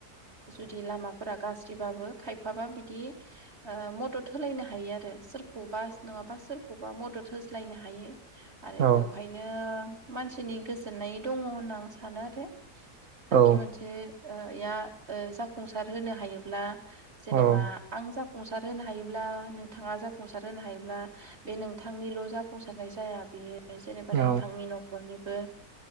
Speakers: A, on the right; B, on the right.
A: जुदि लामाफोरा गाज्रिबाबो खायफाबा बिदि ओ मदद होलायनो हायो आरो सोर औ बास नङाबा सोरख खौबा मदद होज्लायनो हायो आरो
B: औ
A: बेवहायनो मानसिनि गोजोननाय दङ होनना आं सानो आरो थांखि
B: औ
A: मोनसे ओ या ओ जाफुंसार होनो हायोब्ला
B: औ
A: जेनेबा
B: औ
A: आं जा फुंसार होनो हायोब्ला नोंथाङा जाफुंसार होनो हायोब्ला बे नोंथांनिल जाफुंसारनाय जाया बेयो जेनेबा
B: औ
A: नोंथांनि
B: औ
A: नखरनि बो